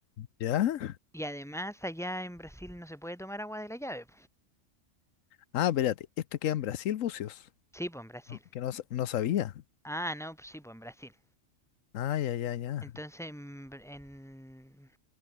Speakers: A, on the left; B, in the centre.
A: ¿Ya?
B: Y además allá en Brasil no se puede tomar agua de la llave.
A: Ah, espérate, esto queda en Brasil, Bucios.
B: Sí, pues en Brasil.
A: No, que no, sa- no sabía.
B: Ah, no, pues sí, pues en Brasil.
A: Ah, ya, ya, ya.
B: Entonces en, en-